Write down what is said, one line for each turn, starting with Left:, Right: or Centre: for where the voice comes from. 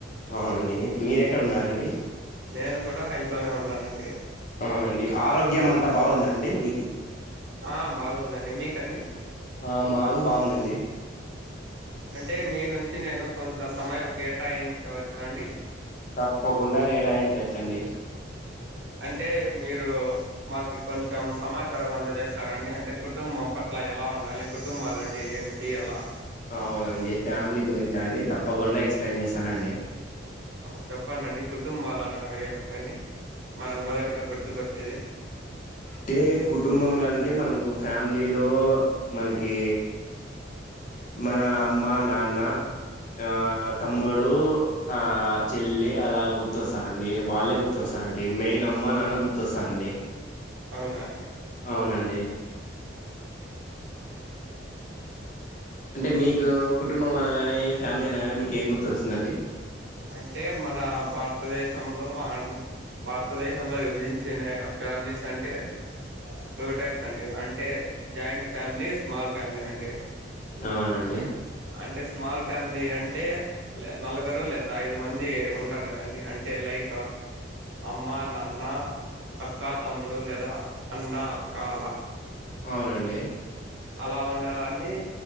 Left: అవునండి మీరెక్కడ ఉన్నారండి
Right: నేను కూడా ఇంట్లోనే ఉన్నానండి
Left: అవునండి ఆరోగ్యం అంతా బాగుందా అండి మీకి
Right: ఆ బాగుందండి మీకండి
Left: ఆ మాకు బాగుందండి
Right: అంటే మీ నుంచి నేను కొంత సమయం కేటాయించవచ్చా అండి
Left: తప్పకుండా కేటాయించొచ్చండి
Right: అంటే మీరు మాకు కొంచెం సమాచారం అందజేస్తారా అండి అంటే కుటుంబం పట్ల ఎలా ఉండాలి, కుటుంబాలు అంటే ఏమిటి ఎలా
Left: అవునండి ఫ్యామిలీ గురించ అండి తప్పకుండా ఎక్స్ప్లెయిన్ చేస్తానండి
Right: చెప్పండండి కుటుంబాలు అనగా ఏమిటండి. మనకు మొదటిగా గుర్తుకొచ్చేది
Left: అంటే కుటుంబంలో అంటే మనకు ఫ్యామిలీలో మనకి మన అమ్మ, నాన్న ఆ తమ్ముడు ఆ చెల్లి అలాగ గుర్తొస్తారండి వాళ్ళే గుర్తొస్తారండి మెయిన్ అమ్మ నాన్న గుర్తొస్తారండి
Right: అవునా అండి
Left: అవునండి అంటే మీకు కుటుంబం అనగానే ఫ్యామిలీ అనగానే మీకు ఏం గుర్తొచ్చిందండి
Right: అంటే మన భారతదేశంలో భారతదేశంలో ఇ విభజించిన ఫ్యామిలీస్ అంటే టూ టైప్ అండి అంటే జాయింట్ ఫ్యామిలీ స్మాల్ ఫ్యామిలీ అండి
Left: అవునండి
Right: అంటే స్మాల్ ఫ్యామిలీ అంటే నలుగురు లేదా ఐదు మంది ఉంటారు కదండి అంటే లైక్ అమ్మ నాన్న అక్క తమ్ముడు లేదా అన్న అక్క అలా.
Left: అవునండి
Right: అలా ఉండేవారిని